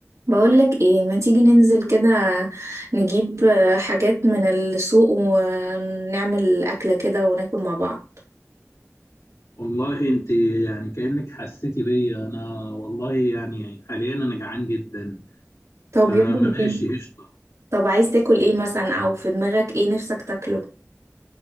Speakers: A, on the right; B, on the left.
A: بقولك ايه ما تيجي ننزل كده نجيب آه، حاجات من السوق ونعمل أكلة كده وناكل مع بعض
B: والله انت يعني كأنك حسيتي بيا انا والله يعني حاليا انا جعان جدا
A: طب
B: فماشي
A: يلا بينا
B: قشطة
A: طب عايز تاكل ايه مثلا او في دماغك ايه نفسك تاكله